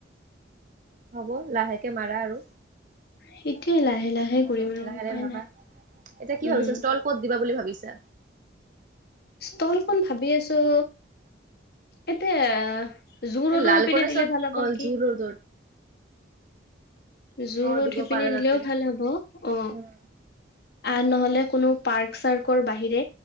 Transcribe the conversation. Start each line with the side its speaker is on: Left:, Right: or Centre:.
Right: হ'ব লাহেকে মাৰা আৰু।
Left: সিটোৱে লাহে লাহে কৰিম
Right: উম,
Left: আৰু
Right: লাহে
Left: উপায়
Right: লাহে ভাবা
Left: নাই
Right: এতিয়া কি
Left: উম
Right: ভাবিছা ষ্টল ক'ত দিবা বুলি ভাবিছা?
Left: ষ্টলখন ভাবি আছোঁ, এতে আহ জু'
Right: এ
Left: ৰডৰ
Right: লাল
Left: সেইপিনে
Right: গণেশত
Left: দিলে ভাল হ'ব
Right: অ
Left: নেকি!
Right: জু ৰোডত
Left: জু'
Right: অ
Left: ৰড
Right: দিব
Left: সিপিনে
Right: পাৰা
Left: দিলেও
Right: তাতে
Left: ভাল হব অ'।
Right: উম
Left: আ নহলে কোনো পাৰ্ক চাৰ্কৰ বাহিৰে,